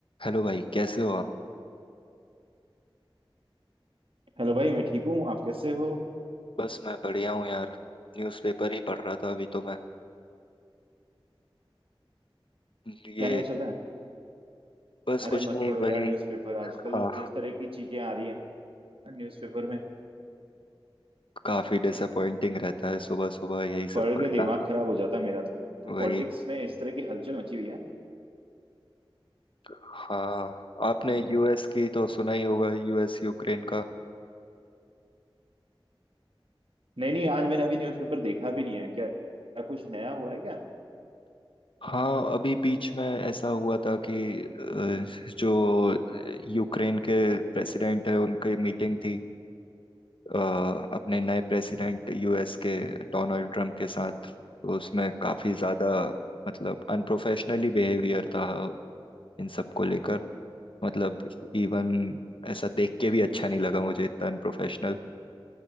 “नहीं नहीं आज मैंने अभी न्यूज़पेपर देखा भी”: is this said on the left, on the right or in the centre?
Right